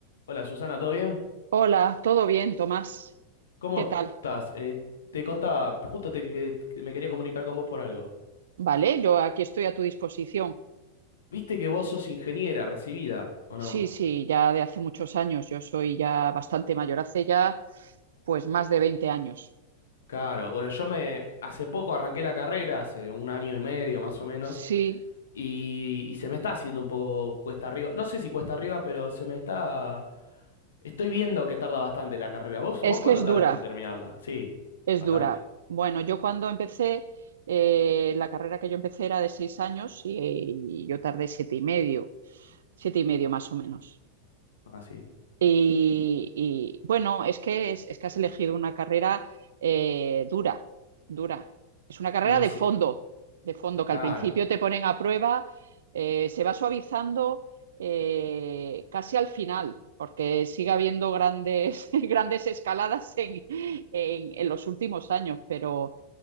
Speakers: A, on the left; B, on the right.
A: Hola Susana, ¿todo bien?
B: Hola, ¿todo bien, Tomás?
A: ¿Cómo
B: ¿Qué tal?
A: estás? Eh, te contaba, justo te, eh, que me quería comunicar con vos por algo.
B: Vale, yo aquí estoy a tu disposición.
A: ¿Viste que vos sos ingeniera recibida o
B: Sí,
A: no?
B: sí, ya de hace muchos años. Yo soy ya bastante mayor, hace ya pues más de 20 años.
A: Claro, bueno, yo me hace poco arranqué la carrera, hace un año y medio más o menos,
B: Sí,
A: y, y se me está haciendo un poco cuesta arriba. No sé si cuesta arriba, pero se me está... Estoy viendo que tarda bastante la carrera. ¿Vos,
B: es
A: vos
B: que
A: cuánto
B: es
A: tardaste
B: dura,
A: en terminarla? Sí,
B: es
A: bastante.
B: dura. Bueno, yo cuando empecé, eh, la carrera que yo empecé era de seis años y, y yo tardé siete y medio, siete y medio más o menos.
A: Así.
B: Y, y, bueno, es que, es, es, que has elegido una carrera eh, dura, dura. Es una carrera
A: Y
B: de
A: se-
B: fondo, de fondo, que
A: claro.
B: al principio te ponen a prueba, eh, se va suavizando eh, casi al final, porque sigue habiendo grandes, <laughs> grandes escaladas en, en, en los últimos años, pero,